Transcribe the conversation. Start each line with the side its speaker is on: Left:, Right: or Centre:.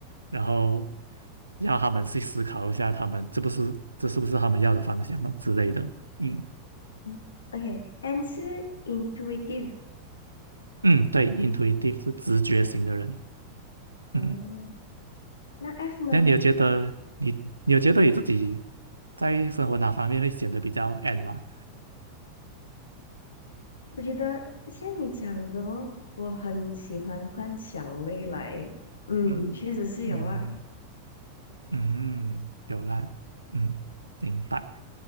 Right: 然后要他们去思考一下，他们这不是这是不是他们要的方向咯之类的。嗯
Left: 嗯，OK，and 是 intuitive。
Right: 嗯，对，intuitive
Left: 啊，
Right: 是直觉型的人。
Left: 嗯，
Right: 嗯。
Left: 那 F 呢？
Right: 那你有觉得你你有觉得你自己在生活哪方面会显得比较 N 吗？
Left: 我觉得像你讲的哦，我很喜欢幻想未来。嗯，
Right: 嗯嗯
Left: 确实是有啊。
Right: 嗯，有啦，嗯，明白。